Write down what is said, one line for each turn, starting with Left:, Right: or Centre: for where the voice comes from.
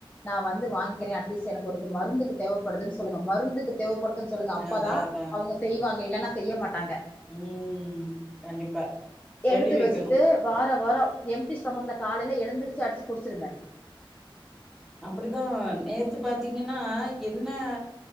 Left: நா வந்து வாங்கிக்கிறே அட்லீஸ்ட் எனக்கு ஒருக்கு மருந்துக்கு தேவப்படுதுன்னு சொல்லுங்க மருந்துக்கு தேவப்படுதுன் சொல்லுங்க அப்பதா
Centre: அதா அதா
Left: அவங்க செய்வாங்க இல்லன்னா செய்ய மாட்டாங்க
Centre: ம் கண்டிப்பா சொல்லி
Left: எடுத்து
Centre: வைக்கணு
Left: வச்சுட்டு வார வரோ எம்டி ஸ்டொமக்ல காலேல எழுந்திருச்சு அடிச்சு குடிச்சிருங்க
Centre: அப்படிதா நேத்து பாத்தீங்கன்னா என்ன